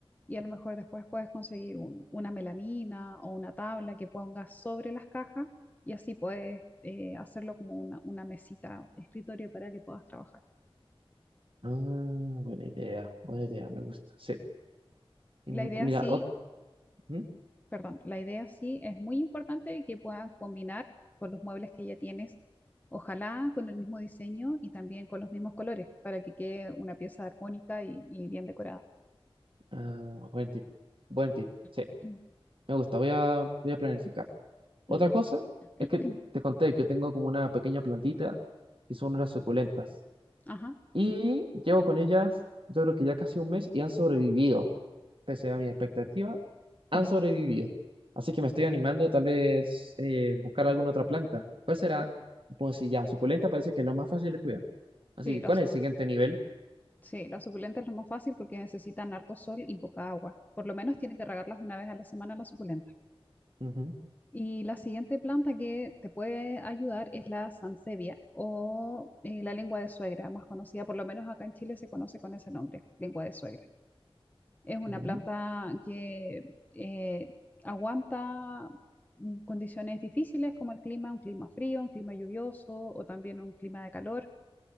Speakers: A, on the left; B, on the right.
A: Y a lo mejor después puedes conseguir un- una melamina o una tabla que pongas sobre las cajas y así puedes eh, hacerlo como una, una mesita, escritorio para que puedas trabajar.
B: Ah, buena idea, buena idea, me gusta. Sí. Y
A: La
B: m-
A: idea
B: mira,
A: sí
B: ot- ¿Mm?
A: perdón, la idea sí es muy importante que puedan combinar con los muebles que ya tienes, ojalá con el mismo diseño y también con los mismos colores, para que quede una pieza armónica y, y bien decorada.
B: Ah, buen tip, buen tip.
A: <clears throat>
B: Sí, me gusta, voy a, voy a planificar. Otra
A: Mm.
B: cosa
A: <clears throat>
B: es que te conté que tengo como una pequeña plantita que son unas suculentas.
A: Ajá.
B: Y llevo con ellas, yo creo que ya casi un mes y han sobrevivido. Pese a mis expectativas, han
A: <laughs>
B: sobrevivido. Así que me estoy animando tal vez eh, buscar alguna otra planta. ¿Cuál será? Pues si ya, suculenta parece que es lo más fácil de cuidar. Así
A: Sí,
B: que,
A: los,
B: ¿cuál es el siguiente nivel?
A: sí, las suculentas es lo más fácil porque necesitan harto sol y poca agua. Por lo menos tiene que regarlas una vez a la semana las suculentas.
B: Ujú,
A: Y la siguiente planta que te puede ayudar es la sansevia o eh, la lengua de suegra, más conocida por lo menos acá en Chile se conoce con ese nombre, lengua de suegra. Es una
B: ¿Ya?
A: planta que eh, aguanta mm, condiciones difíciles como el clima, un clima frío, un clima lluvioso o también un clima de calor.